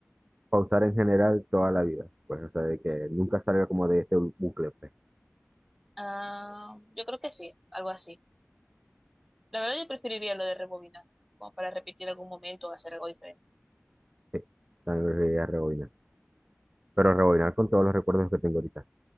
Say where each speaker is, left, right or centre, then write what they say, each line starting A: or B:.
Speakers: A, on the right; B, in the centre.
A: pausar en general toda la vida. Pues, o sea, de que nunca salga como de este bucle, pues.
B: Ah, yo creo que sí, algo así. La verdad, yo preferiría lo de rebobinar, como para repetir algún momento o hacer algo diferente.
A: <laughs> Sí, también preferiría rebobinar. Pero rebobinar con todos los recuerdos que tengo ahorita.